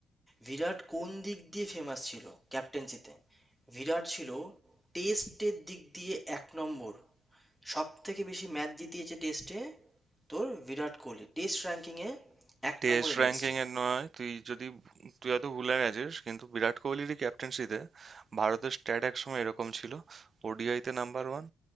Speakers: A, in the centre; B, on the right.
A: বিরাট কোন দিক দিয়ে ফেমাস ছিল ক্যাপ্টেন্সিতে বিরাট ছিল টেস্টের দিক দিয়ে এক নম্বর সব থেকে বেশি ম্যাচ জিতিয়েছে টেস্টে তোর বিরাট কোহলি টেস্ট র্যাঙ্কিংয়ে এক
B: টেস্ট
A: নম্বরে নিয়ে
B: র্যাঙ্কিং
A: এসছে
B: এর নয় তুই যদি তুই হয়তো ভুলে গেছিস কিন্তু বিরাট কোহলিরই ক্যাপ্টেন্সিতে ভারতের স্ট্যাট একসময় এরকম ছিল ওডিআইতে নাম্বার ওয়ান